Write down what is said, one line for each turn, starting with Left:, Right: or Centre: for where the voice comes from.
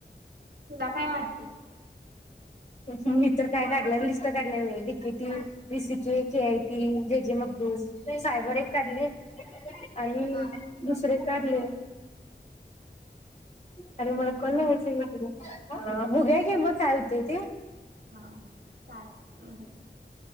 Right: तुला काय वाटतंय?
Left: मी तर काय काढल्यावर लिस्ट काढल्या व डीकेटी, बीसी के, केआयटी, जे जे मगदूम, सायबर एक काढले आणि
Right: हा
Left: दुसरे एक काढले, अरे मला
Right: हा
Left: कल <unintelligible> तुला बघुया घे मग काय होते ते,
Right: हा चालेल.